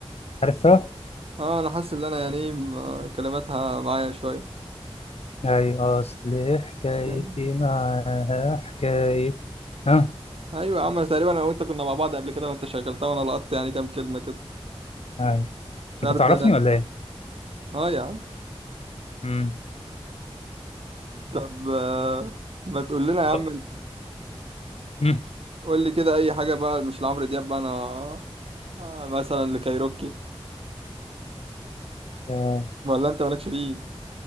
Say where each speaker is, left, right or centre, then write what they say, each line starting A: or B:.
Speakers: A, on the left; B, on the right.
A: عارفها
B: اه انا حاسس ان انا يعني إيه، م- كلماتها معايا شويه
A: أي أصل حكايتي
B: يعني
A: معاها حكاية ها
B: ايوه يا عم تقريبا انا وانت كنا مع بعض قبل كده وانت شغلتها وانا لقطت يعني كام كلمه كده
A: أي
B: مش
A: أنت
B: عارف
A: تعرفني
B: ده انا
A: ولا إيه؟
B: اه يا عم
A: أمم
B: طب آه، ما تقول لنا يا عم
A: أه، أمم
B: قول لي كده اي حاجه بقى مش لعمرو دياب بقى انا آه، مثلا لكايروكي
A: يا
B: ولا انت مالكش فيه